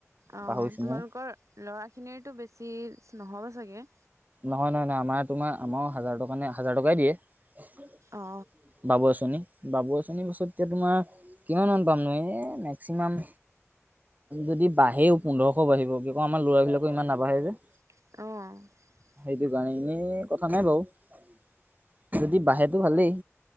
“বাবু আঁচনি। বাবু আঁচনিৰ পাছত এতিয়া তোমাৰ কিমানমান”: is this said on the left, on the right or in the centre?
Right